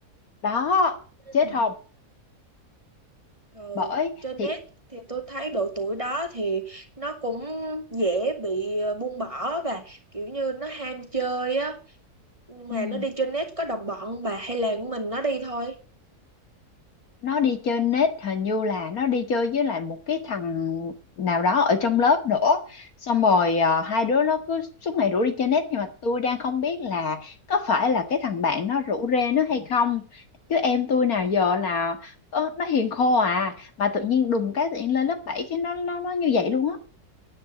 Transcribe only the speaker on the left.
Đó, chết
không?
Bởi
thì
ừ.
nó đi chơi nết hình như là nó đi chơi với lại một cái thằng nào đó ở trong lớp nữa xong rồi ờ, hai đứa nó cứ suốt ngày rủ đi chơi nết nhưng mà tôi đang không biết là có phải là cái thằng bạn nó rủ rê nó hay không chứ em tôi nào giờ là ờ, nó hiền khô à mà tự nhiên đùng cái tự nhiên lên lớp 7 cái nó nó nó như vậy luôn á